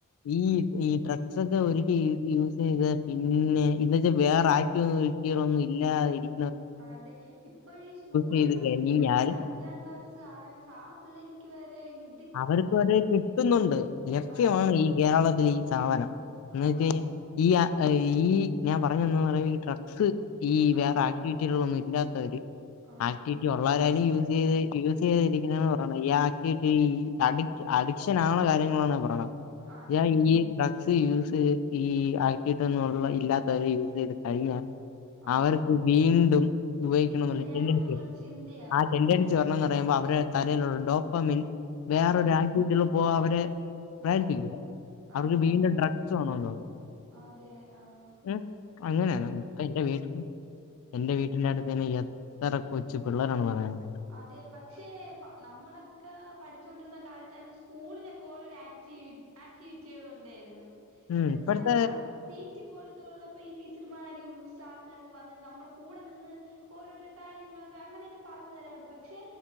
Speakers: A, on the left; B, on the right.
A: ഈ ഈ ഡ്രഗ്സ് ഒക്കെ ഒരിക്കെ യൂസ് ചെയ്ത പിന്നെ ഇന്ന് വെച്ച വേറെ ആക്ടി കുട്ടികളൊന്നും ഇല്ലാതിരി
B: അതെ ഇപ്പഴും ഈ സ്കൂളി
A: ചെയ്ത്
B: പഠിക്കണ
A: കഴിഞ്ഞാൽ
B: ഈ അഞ് അഞ്ചാം ക്ലാസ് ആറാംക്ലാസ് ആഹ് പിള്ളേർക്ക് വരെ ഇ
A: അവർക്കു അത് കിട്ടുന്നൊണ്ട് ലഭ്യമാണ്
B: ആഹ്
A: ഈ കേരളത്തിൽ ഈ സാധനം. എന്ന്
B: ആഹ്
A: വെച്ച് കഴിഞ്ഞാ ഈ ആഹ് ഈ ഞാൻ പറഞ്ഞ എന്തന്ന് പറ ഈ ഡ്രഗ്സ് ഈ
B: ആഹ്
A: വേറെ ആക്ടിവിറ്റിന്നു ഇല്ലാത്തവര്
B: ആഹ്
A: ആക്ടിവിറ്റി ഉള്ളവരെ ഡെയിലി യൂസ് ചെയ്ത് യൂസ് ചെയ്തിരിക്കുന്ന പറയണം ഈ ആക്ടിവി ഈ അഡിറ്റ് അഡിക്ഷൻ ആണ് കാര്യങ്ങളാണ് ഞാന് പറയണ
B: അതെ
A: ഈ ഡ്രഗ്സ് യൂസ് ഈ ആക്കിയിട്ടൊന്നള്ള ഇല്ലാത്തവരെ യൂസ് ചെയ്ത് കഴിഞ്ഞാൽ
B: ആഹ്
A: അവർക്ക് വീണ്ടും ഉപയോഗിക്കണം
B: ഇത്
A: എന്നുള്ള
B: വേണംന്നുള്ളൊരു
A: ടെഡൻസി വരും.
B: ചിന്തയാവും
A: ആഹ് ടെഡൻസി ന്ന് പറയുമ്പോ അവരുടെ തലയിലുള്ള ഡോപ്പമിൻ വേറൊരു
B: ആഹ്
A: ആക്റ്റീവിട്ടികൾ പോക അവരെ
B: പോവാ
A: <unintelligible> അവർക്ക്
B: അതെ
A: വീണ്ടും
B: അതെ
A: ഡ്രഗ്സ് വേണോന്ന് തോന്നും.
B: അതെ ആഹ്
A: ഉം അങ്ങനെയാണ ഇത് ആഹ് എന്റെ വീട്ട എന്റെ വീട്ടിന്റെ അടുത്ത്ന്നെ എത്ര കൊച്ചു പിള്ളേരാണന്ന്റിയാമോ
B: അതെ പക്ഷേ പ നമ്മളെ ഒക്കെ പഠിചോണ്ടിരുന്ന കാലത്താണെങ്കി സ്കൂളിലൊക്കെ ഓരോ ആക്ടിവി ആക്ടിവിറ്റികൾ ഉണ്ടായിരുന്നു.
A: ഉം
B: എന്ന് വച്ചാ
A: ഇപ്പഴത്തെ
B: അക് പിറ്റി പോലത്തൊള്ളപ്പോ ഈ ടീച്ചർമാരും സാർമാരൊക്കെ വന്ന് നമ്മളുടെ കൂടെ നിന്ന് ഓരോരോ കാര്യങ്ങൾക്ക് അങ്ങനെയൊക്കെ പ തരാറുണ്ട് പക്ഷെ